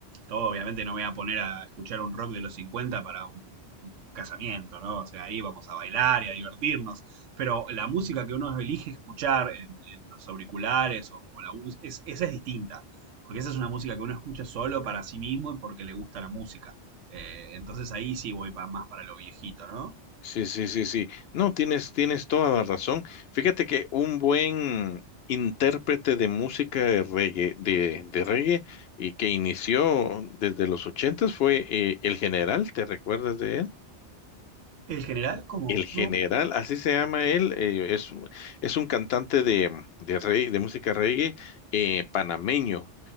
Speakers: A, on the right; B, on the left.
A: todo, obviamente, no me voy a poner a escuchar un rock de los 50 para un, un casamiento, ¿no? O sea, ahí vamos a bailar y a divertirnos. Pero la música que uno elige escuchar en, en los auriculares o, o la bus- es, esa es distinta. Porque esa es una música que uno escucha solo para sí mismo y porque le gusta la música. Eh, entonces ahí sí voy pa- más para lo viejito, ¿no?
B: Sí, sí, sí, sí. No, tienes, tienes toda la razón. Fíjate que un buen intérprete de música de reggae, de, de reggae y que inició desde los ochentas fue eh, El General, ¿te recuerdas de él?
A: El general, ¿cómo?
B: El General,
A: No.
B: así se llama él, eh, es, es un cantante de, de, reggae- de música reggae eh, panameño